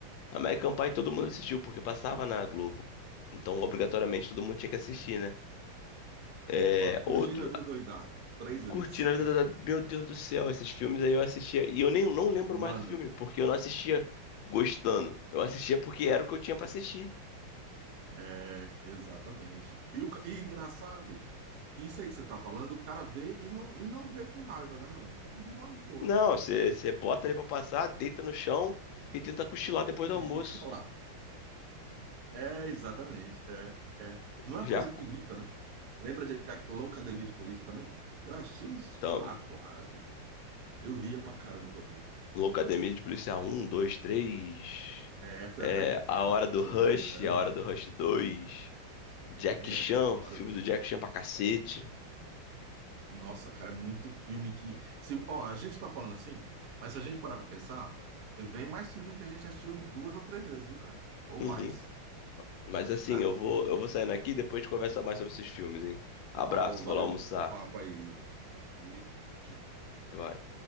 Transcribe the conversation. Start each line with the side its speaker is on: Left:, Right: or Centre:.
Left: American Pie todo mundo assistiu porque passava na Globo. Então, obrigatoriamente, todo mundo tinha que assistir, né? É,
Right: Opa, curtindo
Left: outro,
Right: a vida doidado. Três vezes.
Left: Curtindo a Vida
Right: <laughs>
Left: Doidada. Meu Deus do céu, esses filmes aí eu assistia. E eu nem não lembro mais
Right: Mano,
Left: do filme, porque eu não assistia gostando. Eu assistia porque era o que eu tinha pra assistir.
Right: é, exatamente. E, o, ca- e engraçado, isso aí que você tá falando, o cara vê e não, e não vê com raiva, né, mano? O cara vê numa boa.
Left: Não, você você bota ali pra passar, deita no chão e tenta cochilar depois
Right: Ele
Left: do almoço.
Right: fica lá. É, exatamente. É, é. Não é
Left: Já
Right: uma coisa
Left: co-
Right: que irrita, né? Lembra de Loucademia de Polícia também? Eu achei uns
Left: tam-
Right: quatro lá. Eu ria pra caramba com aquilo.
Left: Locademia de Policial um, 2, 3.
Right: É, foi
Left: é,
Right: até o 4,
Left: A Hora do
Right: se
Left: Rush,
Right: eu não me engano.
Left: A Hora do Rush dois. Jack
Right: É,
Left: Chan,
Right: a
Left: filme
Right: hora do...
Left: do Jack Chan pra cacete.
Right: Nossa, cara, é muito filme que. Se... Ó, a gente tá falando assim, mas se a gente parar pra pensar, vem mais filme que a gente assistiu duas ou três vezes, viu, cara? Ou
Left: Uhum.
Right: mais,
Left: Mas assim,
Right: né?
Left: eu vou, eu vou saindo aqui e depois a gente conversa mais sobre esses filmes, hein? Abraço,
Right: Falou, valeu
Left: vou lá almoçar.
Right: o papo aí. Beleza, tchau. tchau.
Left: Vai.